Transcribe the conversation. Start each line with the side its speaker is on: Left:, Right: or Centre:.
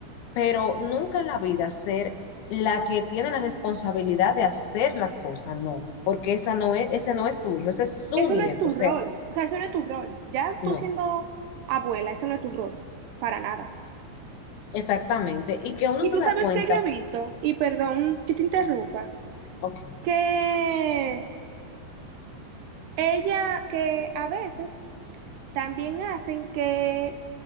Left: pero nunca en la vida ser la que tiene la responsabilidad de hacer las cosas, no, porque esa no es, ese no es su hijo, ese es su
Right: Eso
Left: nieto,
Right: no es tu
Left: o sea,
Right: rol, o sea, eso no es tu rol. Ya
Left: no,
Right: tú siendo abuela, eso no es tu rol, para nada.
Left: exactamente, y que uno
Right: Y
Left: se
Right: tú
Left: da
Right: sabes
Left: cuenta,
Right: que yo he visto, y perdón que te interrumpa,
Left: ah, ok,
Right: que ella, que a veces también hacen que